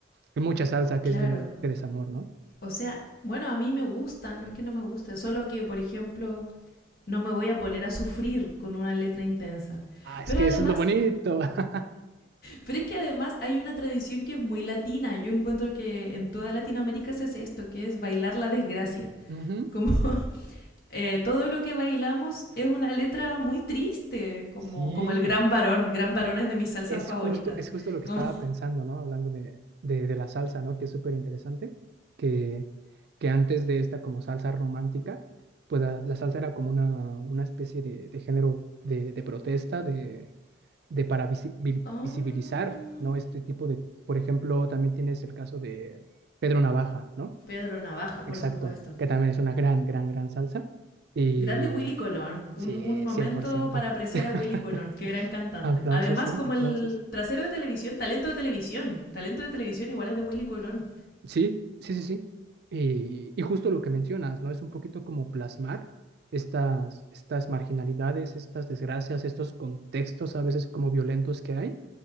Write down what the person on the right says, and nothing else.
Hay mucha salsa
que es de, de desamor, ¿no?
Ah, es
que
eso es lo bonito. <laughs>
Ujú.
Sí.
Es
justo, es justo lo que
estaba pensando, ¿no? Hablando de, de, de la salsa, ¿no? Que es súper interesante, que, que antes de esta como salsa romántica, pues la, la salsa era como una, una especie de, de género de, de protesta, de, de para visi- vi-
visibilizar, ¿no? Este tipo de, por ejemplo, también tienes el caso de Pedro Navaja, ¿no?
Exacto,
que también es una gran, gran, gran salsa. Y
sí,
cien por ciento
<laughs>
Aplausos,
sí,
aplausos.
Sí, sí, sí, sí. Y, y justo lo que mencionas, ¿no? Es un poquito como plasmar estas, estas marginalidades, estas desgracias, estos contextos a veces como violentos que hay,